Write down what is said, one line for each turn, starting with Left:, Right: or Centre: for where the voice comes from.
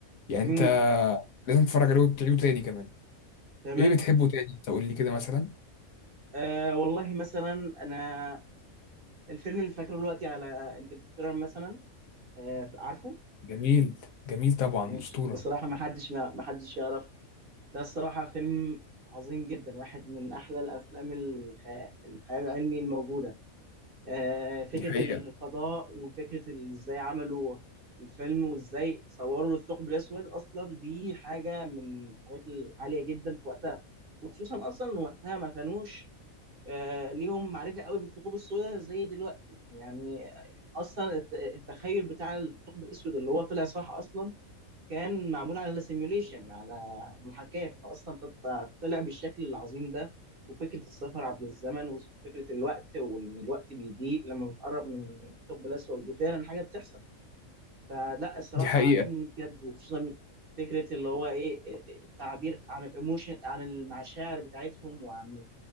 Left: يعني
Right: مم.
Left: انت لازم تتفرج عليه وتعيده تاني كمان
Right: تمام
Left: ايه بتحبه تاني تقول لي كده مثلا
Right: آه والله مثلا انا الفيلم اللي فاكره دلوقتي على انترستيلر مثلا آه، عارفه
Left: جميل جميل طبعا
Right: مش
Left: أسطورة
Right: ده صراحة ما حدش ما ما حدش يعرف ده الصراحة فيلم عظيم جدا واحد من أحلى الأفلام الخ... الخيال العلمي الموجودة آه، فكرة
Left: دي حقيقة
Right: الفضاء وفكرة ال- إزاي عملوا الفيلم وإزاي صوروا الثقب الأسود أصلا دي حاجة من الحاجات العالية جدا في وقتها وخصوصا أصلا إن وقتها ما كانوش آه، ليهم معرفة قوي بالثقوب السوداء زي دلوقتي يعني أصلا الت- التخيل بتاع الثقب الأسود اللي هو طلع صح أصلا كان معمول على سيميوليشن على محاكاة فأصلا تط- طلع بالشكل العظيم ده وفكرة السفر عبر الزمن وفكرة الوقت وإن الوقت بيضيق لما بتقرب من الثقب الأسود وفعلا حاجة بتحصل فلا الصراحة
Left: دي حقيقة
Right: عجبني بجد وخصوصا فكرة اللي هو إيه التعبير عن الإيموشن عن المشاعر بتاعتهم وعن